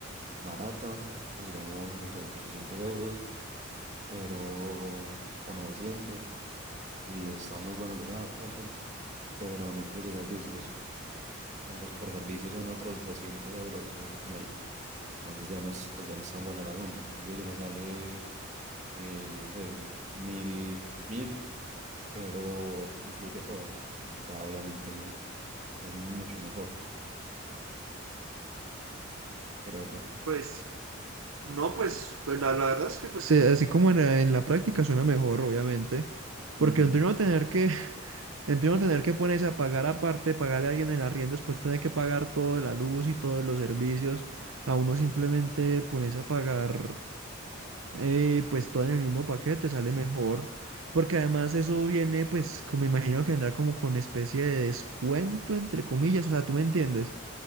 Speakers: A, on the right; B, on the right.
A: barata, pues digamos, no sé, 800 euros, pero, o 900, y está muy bueno el lugar, tal, tal, pero no incluye servicios. Entonces por servicios son otros 200 euros o poner. Entonces ya no es, pues ya no es tan bueno el asunto. En cambio, si uno sale eh, no sé, mil, mil, pero incluye todo. Entonces, pues ya obviamente el- es mucho mejor, creo yo.
B: pues No, pues pues, la, la verdad es que pues se- así como en, la en la práctica suena mejor, obviamente,
A: Ujú.
B: porque entre uno tener que, <laughs> entre uno tener que ponerse a pagar aparte, pagarle a alguien el arriendo, después tener que pagar toda la luz y todos los servicios, a uno simplemente ponerse a pagar eh, pues todo en el mismo paquete sale mejor, porque además eso viene pues como me imagino que vendrá como con especie de descuento entre comillas, o sea, tú me entiendes